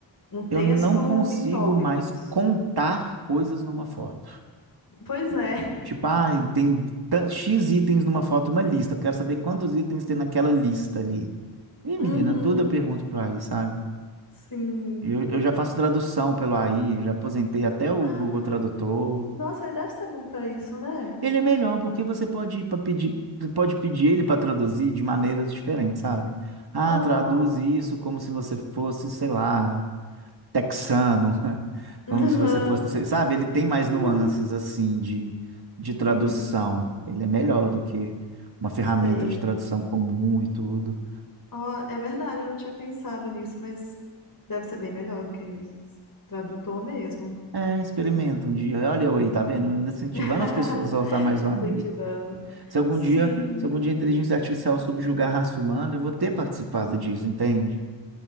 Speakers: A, on the left (about 45°); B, on the right (about 55°).
A: Um texto
B: eu não consigo
A: em tópicos.
B: mais contar coisas numa foto.
A: Pois é. <laughs>
B: Tipo, ah, tem tan- X itens numa foto, uma lista. Eu quero saber quantos itens tem naquela lista ali. Ih,
A: Uhum,
B: menina, tudo eu pergunto pro AI, sabe?
A: sim.
B: Eu, eu já faço tradução pelo AI, já aposentei até o
A: Ah,
B: Google Tradutor.
A: nossa, deve ser bom para isso, né?
B: Ele é melhor porque você pode ir para pedir, você pode pedir ele para traduzir de maneiras diferentes, sabe? Ah,
A: Aham,
B: traduz isso como se você fosse, sei lá, texano, <laughs>
A: aham,
B: como se você fosse, não sei, sabe? Ele tem mais
A: uhum,
B: nuances assim de, de tradução.
A: sim,
B: Ele é melhor do que uma ferramenta
A: sei.
B: de tradução comum e tudo.
A: Ó, é verdade, eu não tinha pensado nisso, mas deve ser bem melhor do que o tradutor mesmo.
B: É, experimenta um dia. Olha eu aí, tá vendo? Ainda incentivando
A: <laughs>
B: as pessoas a usar mais o AI.
A: Incentivando.
B: Se algum
A: Sim.
B: dia, se algum dia a inteligência artificial subjugar a raça humana, eu vou ter participado disso, entende?